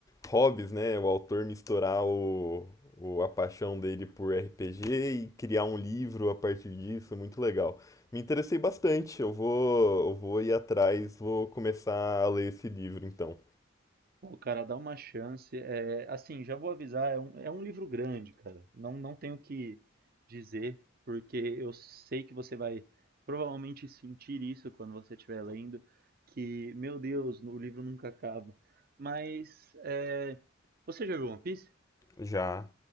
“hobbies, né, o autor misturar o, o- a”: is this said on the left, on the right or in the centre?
Left